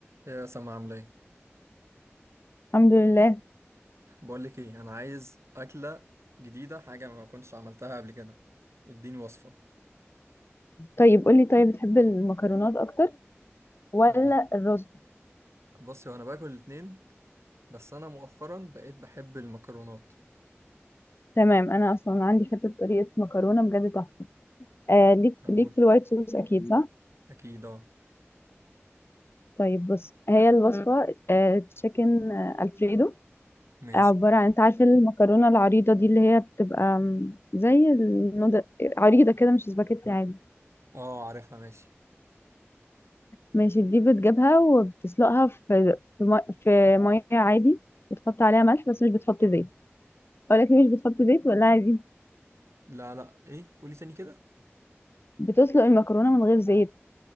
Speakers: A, on the right; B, on the left.
A: ايه يا سما عامله ايه
B: الحمد لله
A: بقول لك ايه انا عايز اكله جديده حاجه ما كنتش عملتها قبل كده اديني وصفه
B: طيب قولي طيب بتحب المكرونات اكتر ولا
A: أه.
B: الرز
A: بصي وانا باكل الاتنين بس انا مؤخرا بقيت بحب المكرونات
B: تمام انا اصلا عندي حته طريقه مكرونه بجد تحفه آه ليك
A: بقول
B: ليك في الوايت صوص اكيد صح
A: اكيد اه
B: طيب بص هي مم. الوصفه آه تشيكن آه الفريدو
A: ماشي
B: عباره عن انت عارفه المكرونه العريضه دي اللي هي بتبقى م، زي النودل عريضه كده مش سباكيتي عادي
A: اه عارفها ماشي
B: ماشي دي بتجيبها وبتسلقها في في مي- في ميه عادي وتحط عليها ملح بس مش بتحط زيت اقول لك ليه مش بتحط زيت ولا عادي
A: لا لا ايه قولي تاني كده
B: بتسلق المكرونه من غير زيت